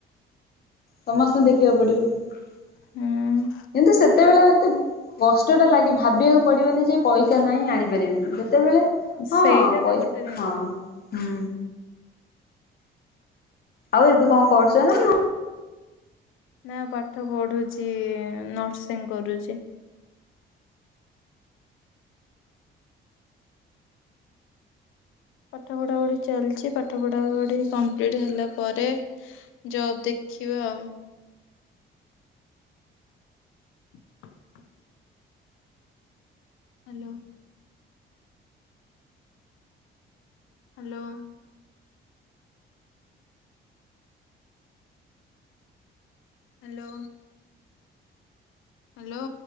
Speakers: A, on the left; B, on the left.
A: ସମସ୍ତଙ୍କୁ ଦେଖିବାକୁ ପଡିବକିନ୍ତୁ
B: ହୁଁ
A: ସେତେବେଳେ ଏତେ କଷ୍ଟଟା ଲାଗେଭାବିବାକୁ ପଡିବନି ଯେ ପଇସା ନାହିଁ ଆଣିପାରିବିନି। ତେବେ ହଁ
B: ସେଇଟା ତ
A: ପଇସା
B: ଗୋଟେ ଜିନିଷ।
A: ହଁ ହଁ। ଆଉ ଏବେ କଣ, କରୁଚ ନା?
B: ନା ପାଠ ପଢୁଚି ନର୍ସିଂ ଙ୍ଗି କରୁଚି। ପାଠ ପଢ଼ାପଢ଼ି ଚାଲିଚିପାଠ ପଢ଼ାପଢ଼ି କମ୍ପ୍ଲିଟ୍ ହେଲା ପରେ ଜବ ଦେଖିବା ଆଉ। <unintelligible> ହାଲୋ। ହାଲୋ। ହାଲୋ। ହାଲୋ।